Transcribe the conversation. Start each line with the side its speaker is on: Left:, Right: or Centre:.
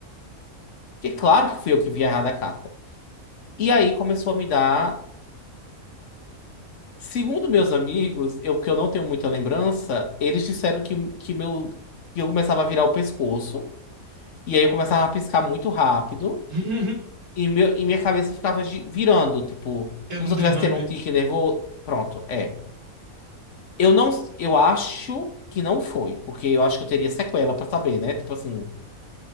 Left: Que claro que fui eu que vi errado a carta. E aí começou a me dar. Segundo meus amigos, eu que eu não tenho muita lembrança, eles disseram que, que, meu, que eu começava a virar o pescoço. E aí eu começava a piscar muito rápido.
Right: <laughs>
Left: E, meu, e minha cabeça ficava gi- virando, tipo,
Right: É
Left: como
Right: um
Left: se
Right: derrame.
Left: eu tivesse tendo um tique nervoso. Pronto, é. Eu não. Eu acho que não foi, porque eu acho que eu teria sequela pra saber, né? Tipo assim.